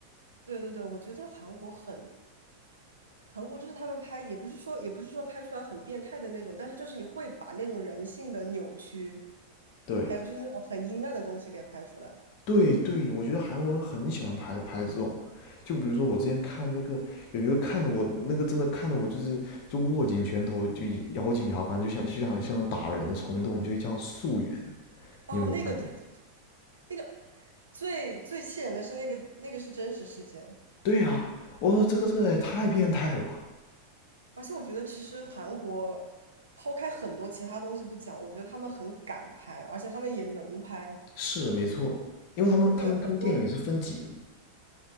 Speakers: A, on the right; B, on the left.
A: 对对对，我觉得韩国很，韩国就是他们拍，也不是说也不是说拍出来很变态的那种，但是就是你会把那种人性的扭曲，
B: 对
A: 还有就是那种很阴暗的东西给拍出来。
B: 对对，我觉得韩国人很喜欢拍拍这种，就比如说我之前看那个有一个看的我那个真的看的我就是就握紧拳头就咬紧牙关就想就想像打人的冲动，就叫《素媛》，
A: 哦，
B: 你有没有看过？
A: 那个对，那个最最气人的是那个那个是真实事件，
B: 对呀、我说这个这个也太变态了吧？
A: 而且我觉得其实韩国抛开很多其他东西不讲，我觉得他们很敢拍，而且他们也能拍。
B: 是没错，因为他们他们他们电影是分级的，
A: 对，很多